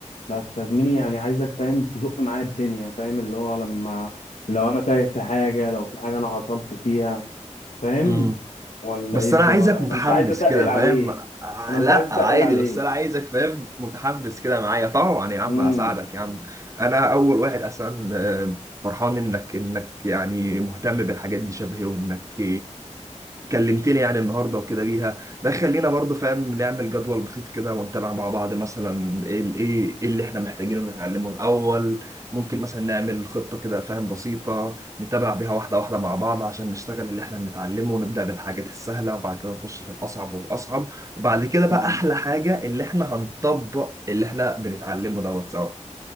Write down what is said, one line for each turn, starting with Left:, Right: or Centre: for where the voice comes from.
Left: بس يا زميلي يعني عايزك فاهم تزق معايا الدنيا فاهم اللي هو لما لو انا تايه في حاجه لو في حاجه انا عطلت فيها فاهم
Right: مم.
Left: ولا
Right: بس
Left: يد
Right: انا عايزك
Left: ولا
Right: متحمس
Left: انا مش عايز اتقل
Right: كده
Left: عليك
Right: فاهم آه،
Left: انا مش
Right: لا
Left: عايز اتقل
Right: عادي
Left: عليك
Right: بس انا عايزك فاهم متحمس كده معايا طبعا يا عم
Left: امم
Right: هساعدك يا عم انا اول واحد اصلا آه، فرحان انك انك يعني مهتم بالحاجات دي شبهي وانك كلمت لي يعني النهارده وكده بيها ده خلينا برضو فاهم نعمل جدول بسيط كده ونتابع مع بعض مثلا ايه ال- ايه إيه اللي احنا محتاجينه نتعلمه الاول ممكن مثلا نعمل خطه كده فاهم بسيطه نتابع بيها واحده واحده مع بعض عشان نشتغل اللي احنا بنتعلمه ونبدا بالحاجات السهله وبعد كده نخش في الاصعب والاصعب وبعد كده بقى
Left: امم
Right: احلى حاجه اللي احنا هنطبق اللي احنا بنتعلمه دوت سوا